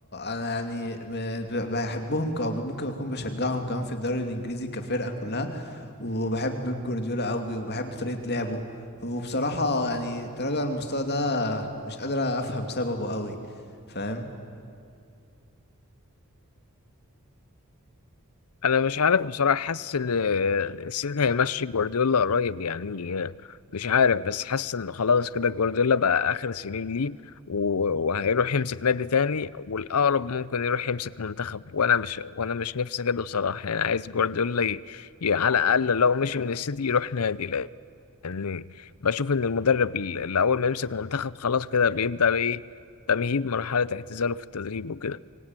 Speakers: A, on the left (about 50°); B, on the left (about 80°).
A: أنا يعني ب- بحبهم ك- أو ممكن أكون بشجعهم كمان في الدوري الإنجليزي كفرقة كلها وبحب بيب جوارديولا قوي وبحب طريقة لعبه وبصراحة يعني تراجع المستوى ده مش قادر أفهم سببه قوي فاهم
B: انا مش عارف بصراحه حاسس ان السيتي هيمشي جوارديولا قريب يعني مش عارف بس حاسس ان خلاص كده جوارديولا بقى اخر سنين ليه و- وهيروح يمسك نادي تاني والاقرب ممكن يروح يمسك منتخب وانا مش وانا مش نفسي كده بصراحه يعني عايز جوارديولا ي... ي... على الاقل لو مشي من السيتي يروح نادي لان بشوف ان المدرب اللي اول ما يمسك منتخب خلاص كده بيبدا بايه تمهيد مرحله اعتزاله في التدريب وكده